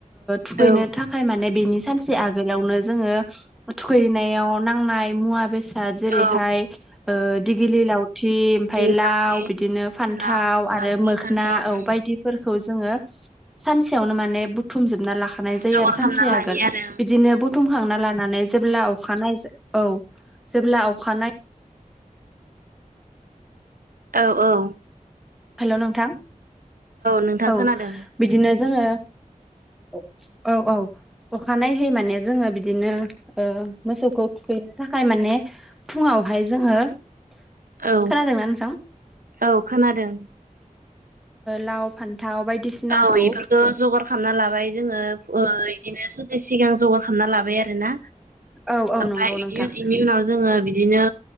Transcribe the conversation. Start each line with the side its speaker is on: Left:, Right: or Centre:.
Right: ओं
Centre: थुखैनो थाखाय माने बेनि सानसे आगोलावनो जोङो थुखैनायाव नांनाय मुवा बेसाद जेरैहाय
Right: औ
Centre: दिगिलिलाव- थि ओमफफ्राय
Right: दै
Centre: लाव
Right: लावथि
Centre: बिदिनो फान्थाव
Right: लाव हालदै
Centre: आरो मोखोन
Right: फान्थाव
Centre: औ
Right: ओं
Centre: बायदिफोरखौ जोङो सानसेयावनो माने बुथुम जोबना लाखानाय जायो
Right: जगार
Centre: आरो सानसे
Right: खालामना लायो
Centre: आगोल
Right: आरो
Centre: बिदिनो बुथुम खांना लानानै जेब्ला अखानाय औ जेब्ला अखानाय
Right: औ औ
Centre: हेल' नोंथां
Right: नोंथां
Centre: औ
Right: खोनादों
Centre: बिदिनो जोङो औ औ अखानाय होयै माने जोङो बिदिनो ओ मोसौखौ थुखैनो थाखाय माने फुङावहाय जोङो
Right: औ
Centre: खोनादोंना नोंथां
Right: औ खोनादों
Centre: लाव फान्थाव बायदिसिनाखौ
Right: औ इफोरखौ जगार खालामना लाबाय जोङो बिदिनो सासे सिगां जगार खालामना लाबाय आरोना
Centre: औ औ
Right: ओमफफ्राय
Centre: नंगौ
Right: बिदि
Centre: नोंथां
Right: बेनि उनाव जोङो बिदिनो